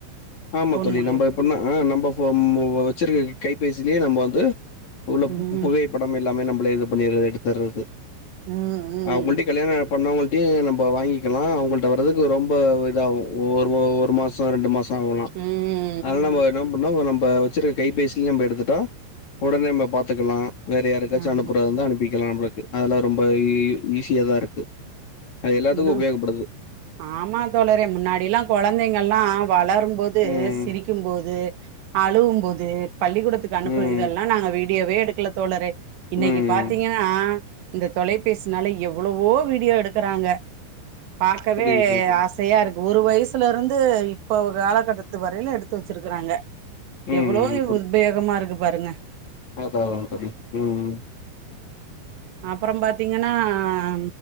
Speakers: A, on the left; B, on the right.
A: ஆமா
B: ஃபோன்
A: தோழி
B: மூலியம்
A: நம்ப எப்படுன்னா நம்ப வச்சிருக்க கைபேசிலயே நம்ம வந்து உள்ள
B: ம்
A: புகைப்படம் எல்லாமே நம்மள இது பண்ணி எடுத்தர்றது
B: ம் ம்
A: ஆ உங்கள்ட
B: ம்
A: கல்யாண பண்ணவங்கள்ட்டையு நம்ப வாங்கிக்கலா அவங்கள்ட வர்றதுக்கு ரொம்ப இதாகு ஒரு ஒரு மாசோ ரெண்டு மாசோ வாங்கலா
B: ம் ம்
A: அதனால நம்ம என்ன பண்லா நம்ம வச்சிருக்க கைபேசிலயே நம்ம எடுத்துட்டா உடனே நம்ப பாத்துக்கலா வேற யாருக்காச்சு
B: ஆமா
A: அனுப்புறதுந்தா அனுப்பிக்கலா நம்மளுக்கு அதெல்லா ரொம்ப ஈஸியாதா இருக்கு அது எல்லாத்துக்கு
B: இன்னு
A: உபயோகப்படுது
B: ஆமா தோழரே முன்னாடி எல்லா கொழந்தைங்கல்லா வளரும்போது
A: ம்
B: சிரிக்கும்போது அழுவும்போது பள்ளிக்கூடத்துக்கு அனுப்பு
A: ம்
B: இதெல்லா நாங்க வீடியோவே எடுக்கல தோழறே இன்னைக்கு
A: ம்
B: பாத்தீங்கனா இந்த தொலைபேசினால எவ்வளவோ வீடியோ எடுக்கறாங்க <unintelligible> பார்க்கவே
A: புரியுது புரியுது
B: ஆசையா இருக்கு ஒரு வயசுல இருந்து இப்ப அவுக காலகட்டத்து பத்து வரையிலு எடுத்து வச்சிருக்கறாங்க
A: ம்
B: எவ்வளவோ உபயோகமா இருக்கு பாருங்க
A: அதா அதா தோழி ம்
B: அப்பறம் பாத்தீங்கன்னா ஆ